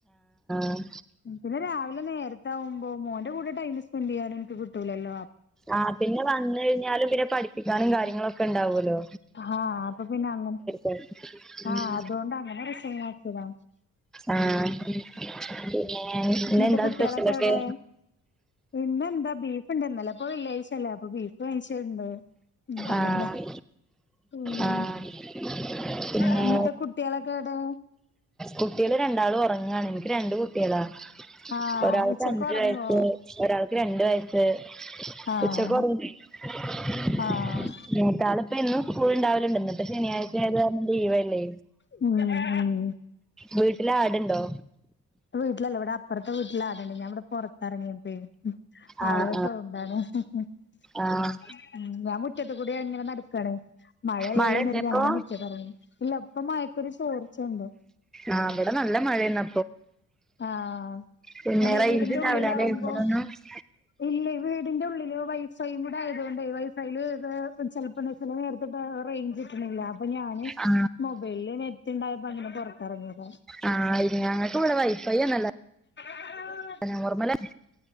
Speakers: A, in the centre; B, on the left.
A: ആഹ്
B: പിന്നെ രാവിലെ നേരത്താവുമ്പോ മോന്റെ കൂടെ ടൈം സ്പെൻഡ് കൂടെ ചെയ്യാനും എനിക്ക്കിട്ടൂലല്ലോ
A: ആഹ് പിന്നെ വന്ന് കഴിഞ്ഞാലും ഇവരെ പഠിപ്പിക്കാനും കാര്യങ്ങളൊക്കെ ഉണ്ടാവൂലോ
B: ആഹ് അപ്പൊ പിന്നെ അങ്ങനെ
A: <unintelligible>
B: ആഹ്
A: <inaudible>
B: അതുകൊണ്ട് അങ്ങനെ റിസൈനാക്കിയതാ
A: ആഹ് പിന്നെ ഇന്നെന്താ
B: എന്നിട്ട് കുട്ടികളൊക്കെ
A: സ്പെഷ്യലൊക്കെ
B: എവിടെ? പിന്നെ എന്താ ബീഫുണ്ട് ഇന്നലെപ്പോ വെള്ളിയാഴ്ച്ചല്ലേ അപ്പൊ ബീഫ് വാങ്ങിച്ചെണ്ട്. ഉം അതന്നെ
A: ആഹ്
B: ഉം
A: ആഹ് പിന്നെ
B: എന്നിട്ട് കുട്ടികളൊക്കെ ഏടെ?
A: കുട്ടീള് രണ്ടാളും ഒറങ്ങാണ് എനിക്ക് രണ്ട് കുട്ടീളാ
B: ആഹ്
A: ഒരാൾക്ക്
B: ഉച്ചക്ക്
A: അഞ്ചു
B: ഉറങ്ങുവോ
A: വയസ്സ് ഒരാൾക്ക് രണ്ട് വയസ്
B: ആഹ്
A: ഉച്ചക്ക് ഉറങ്ങി <unintelligible>
B: ആഹ്
A: മൂത്താള് ഇപ്പം എന്നും സ്കൂൾ ഉണ്ടാവലുണ്ട് ഇന്നിപ്പൊ ശനിയാഴ്ച ആയതു കാരണം ലീവല്ലേ?
B: <unintelligible>
A: വീട്ടിലാടുണ്ടോ?
B: വീട്ടിലല്ല ഇവിടെ അപ്പുറത്തെ വീട്ടിലാടുണ്ട് ഞാൻ ഇവിടെ പുറത്തിറങ്ങിട്ട്
A: ആഹ്
B: അവരെ സൗണ്ടാണ് ഉം
A: ആഹ് ആഹ്
B: ഞാൻ മുറ്റത്ത് കൂടി ഇങ്ങനെ നടക്കാണ് മഴയല്ല
A: മഴ
B: ഇല്ലെന്ന്
A: ഇണ്ടേ
B: കരുതി
A: ഇപ്പൊ
B: അങ്ങനെ മുറ്റത്തെറങ്ങി ഇല്ല ഇപ്പ മയക്കൊരു ചോർച്ചയുണ്ട്.
A: ആഹ് ഇവിടെ നല്ല മഴെണ്
B: ആഹ്
A: പിന്നെ
B: അങ്ങനെ
A: റേഞ്ച്ഉണ്ടാവൂലല്ലേ
B: വീടിന്റെ ഉള്ളിലാവുമ്പോ
A: <unintelligible>
B: ഇല്ല വീടിന്റെ ഉള്ളില് വൈ ഫ്ളൈവുടായതുകൊണ്ടേ വൈ ഫൈയിൽ ഇത് ചെലപ്പോ <unintelligible> നേരത്ത് റേഞ്ച് അപ്പൊ ഞാന്
A: ആ
B: മൊബൈലിൽ നെറ്റ്ണ്ടായപ്പോ അങ്ങനെ പുറത്തിറങ്ങിയതാ.
A: ആഹ് ഞങ്ങക്ക് ഇവിടെ വൈഫൈന്നല്ല
B: <inaudible>
A: നോർമ്മല